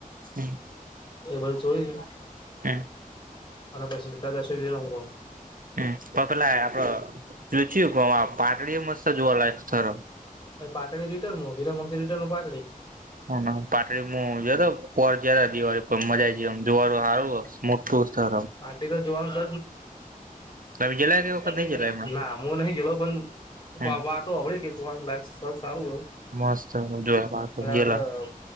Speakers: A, on the right; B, on the left.
A: હમ.
B: એ ભાઈ જોય.
A: હમ.
B: અનપ્રસિ્ધતા દશે વીરંગોમ.
A: હ, પણ પેલા આપડ પુંચું કે પાટડી મસ્ત જોવા લયક સ્થળો.
B: પાટડી રટર્ન વિરમ રિટર્ન પાટળડી.
A: હ પાટળીમાં જોતોર જ દિવાળી પર મજા જઈમ દુવારું હારું. મોટુંસર.
B: પાર્ટી તો જોવાનું જ
A: તમે ગેલા કે વખત
B: ન,
A: નઈ ગેલા એમાં
B: ના હું નહી ગે પણ.
A: હમ
B: વાતો હડી કે જોવાનું લાઈફ સર સારું હોય,
A: મસ્ત જોયા
B: અને આપડ
A: ગેલા